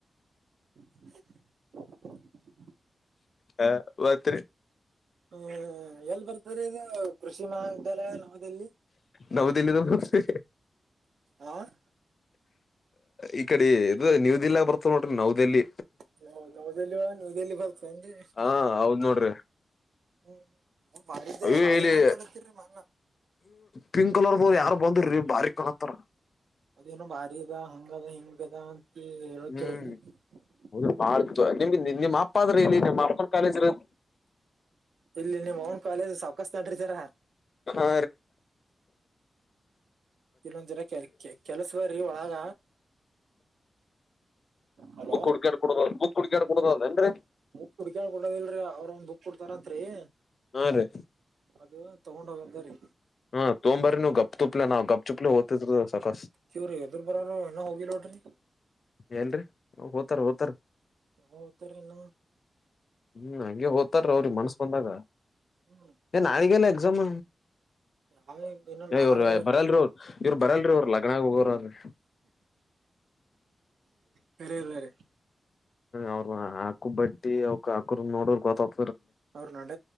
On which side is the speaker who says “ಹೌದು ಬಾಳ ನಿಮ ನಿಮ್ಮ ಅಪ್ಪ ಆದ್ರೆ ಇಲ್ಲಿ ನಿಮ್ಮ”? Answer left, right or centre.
Left